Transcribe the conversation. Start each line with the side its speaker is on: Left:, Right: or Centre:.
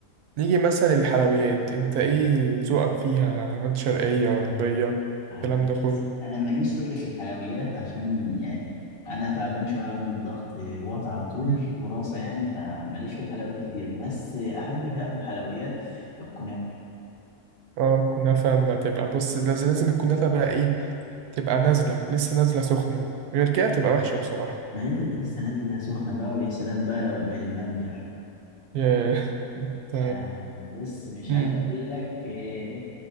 Right: نيجي مثلا الحلويات انت ايه ذوقك فيها حلويات شرقية غربية
Left: عيب.
Right: الكلام ده كله
Left: انا ماليش تقل في الحلويات عشان يعني انا تعبان شويه عندي الضغط واطي على طول
Right: مم.
Left: وراسه يعني فماليش في الحلويات كتير بس احب بقى في الحلويات الكنافه
Right: اه كنافة ما تبقى بص لازم لازم الكنافة بقى ايه تبقى نازلة لسه نازلة سخنة غير كده تبقى وحشة بصراحة
Left: ما هي تبقى لسه نازله سخنه بقى ويا سلام بقى لو بالمانجا
Right: ياه انت
Left: يعني بص مش
Right: مم.
Left: عايز اقول لك إيه،